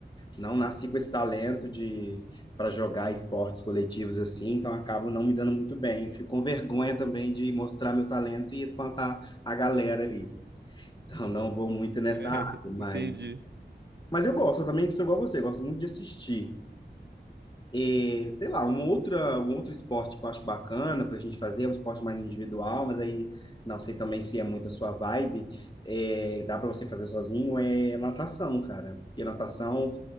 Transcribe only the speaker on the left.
não nasci com esse talento de para jogar esportes coletivos, assim. Então acabo não me dando muito bem. Fico com vergonha também de mostrar meu talento e espantar a galera ali. Então não vou muito nessa
área, mas...
Mas eu gosto também, que sou igual você, gosto muito de assistir. E, sei lá, uma outra, um outro esporte que eu acho bacana para a gente fazer, é um esporte mais individual, mas aí não sei também se é muito a sua vibe, é, dá para você fazer sozinho, é natação, cara. Porque natação